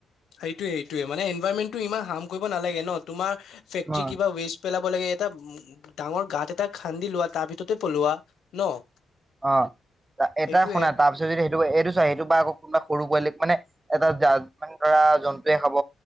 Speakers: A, on the left (about 75°); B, on the right (about 25°).
A: সেইটোয়ে সেইটোয়ে মানে এনভাইৰনমেন্টটো ইমান হাৰ্ম কৰিব নালাগে ন তোমাৰ ফেক্টৰি
B: অ
A: কিবা ৱেষ্ট পেলা ব লাগে। এটা উ- ডাঙৰ গাত এটা খান্দি লোৱা, তাৰ ভিতৰতে পলোৱা, ন'?
B: অ', এটা
A: সেইটোয়ে
B: শুনা, তাৰপিছত যদি সেইটো- এইটো চোৱা, সেইটো বা আকৌ কোনোবা সৰু পোৱালীক মানে এটা জ- মানে ধৰা জন্তুৱে খাব।